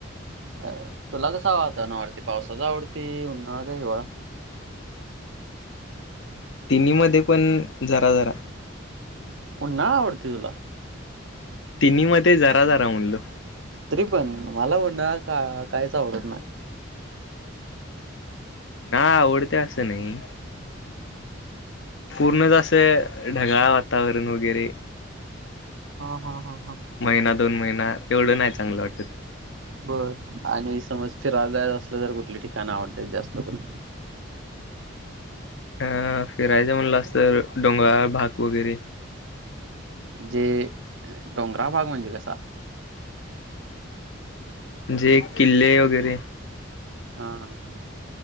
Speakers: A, on the right; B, on the left.
A: अ तुला कसा वातावरण आवडतय पावसाचा आवडतय उन्हाळा काय हिवाळा?
B: तिन्ही मध्ये पण जरा जरा.
A: उन्हाळा आवडतोय तुला?
B: तिन्ही मध्ये जरा जरा म्हणलो.
A: तरी पण मला ऊन्हाळा का काहीच आवडत नाही.
B: ना आवडते असं नाही पूर्णच असं ढगाळ वातावरण वगैरे
A: हा हा हा हा.
B: महिना दोन महिना एवढं नाही चांगलं वाटत
A: बर आणि समज फिरावला जायच असलं तर कुठली ठिकाण आवडतय जास्त करून?
B: अ फिरायचं म्हणलास तर डोंगराळ भाग वगैरे
A: म्हणजे डोंगराळ भाग म्हणजे कसा?
B: म्हणजे किल्ले वगैरे.
A: हा हा हा